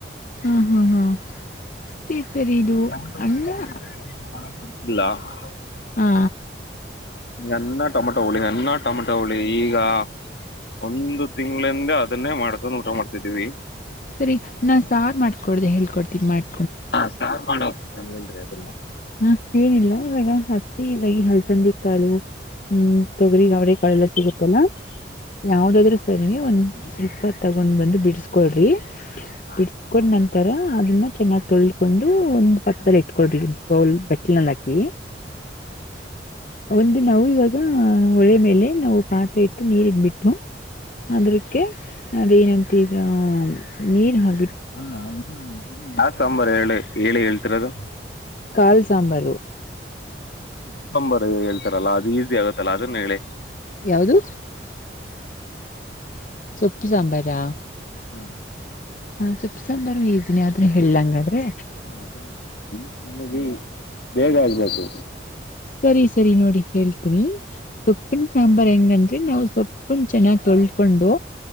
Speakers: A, on the left; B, on the left.
A: ಹಾ ಹಾ ಹಾ ಸರಿ ಸರಿ ಇದು
B: ನಾ ಟಮಟೊ ಹೋಳಿ
A: ಅನ್ನಾ.
B: ಒಂದ್ ಬಿಟ್ರೆ ನೀನು <unintelligible>
A: ಹಾ.
B: ಅನ್ನ ಟೊಮೊಟೋ ಹುಳಿ ಅನ್ನ ಟೊಮೆಟೋ ಹುಳಿ ಈಗಾ ಒಂದು ತಿಂಗಳಿಂದ ಅದನ್ನೇ ಮಾಡ್ಕೊಂಡ ಊಟ ಮಾಡ್ತಿದ್ದೀವಿ.
A: ಸರಿ ನಾನ್ ಸಾರ್ ಮಾಡ್ಕೊಡ್ದ ಹೇಳ್ಕೊಡ್ತಿದ್ ಮಾಡ್
B: ಹ ಸಾರ್ ಮಾಡದ ಇಲ್ಲ.
A: ಹ ಏನಿಲ್ಲ ಇವಾಗ ಹಸಿ ಇವಾಗಿ ಹಲ್ಸಂದಿ ಕಾಳು ಹ್ಮ್ ತೊಗರಿ ಅವ್ರ ಕಾಳೆಲ್ಲ ಸಿಗುತ್ತಲ್ಲಾ. ಯಾವದಾದ್ರು. ಸರಿ ಒಂದು ಸ್ವಲ್ಪ ತಗೊಂಡು ಬಂದು ಬಿಡಿಸ್ಕೊಳ್ರಿ.
B: ಹಾ
A: ಬಿಡ್ಸ್ಕೊಂಡ ನನ್ ತರ ಅದನ್ನ ಚೆನ್ನಾಗ್ ತೊಳಕೊಂಡು ಒಂದ್ ಪಕ್ಕದಲ್ಲಿ ಇಟ್ಕೊರೀ. ಬೌಲ್ ಬಟ್ಲಿನಲ್ಲಿ ಹಾಕಿ ಒಂದ ನಾವು ಇವಾಗ ಹೊಳೆ ಮೇಲೆ ನಾವು ಪಾತ್ ಇಟ್ಟು ನೀರ್ಟ್ಬಿಟ್ಟು ಅದ್ರಕ್ಕೆ ಅದೇಏನಂತರ ನೀರ್ ಹಾ
B: ಅಲ್ಲ ಅದು ಯಾ ಸಾಂಬಾರ ಹೇಳಿ. ಹೇಳಿ ಹೇಳ್ತಿರದು.
A: ಕಾಳು <unintelligible>
B: ಕುಕ್ಕಂಬರ್ ಹೇಳ್ತಾರಲ್ಲಾ ಅದು ಈಸಿ ಆಗತ್ತಲ್ಲಾ ಅದನ್ನ ಹೇಳಿ.
A: ಯಾವದು. ಸೊಪ್ಪ ಸಾಂಬಾರಾ.
B: ಹ್ಮ್.
A: ಹ ಸೊಪ್ಸಂಬರ್ ಈಸಿನಿ ಆದ್ರೆ ಹೇಳಲಂಗಾದ್ರೆ.
B: ಹಾ ಅದ ನನಗೆ ಬೇಗ ಆಗ್ಬೇಕು.
A: ಸರಿ ಸರಿ ನೋಡಿ ಹೇಳ್ತನಿ ಸೊಪ್ಪಿನಿ ಸಾಂಬಾರ್ ಹೆಂಗ <unintelligible> ಸೊಪ್ಪನ್ ಚೆನ್ನಾಗ್ ತೊಳ್ಕೊಂಡು.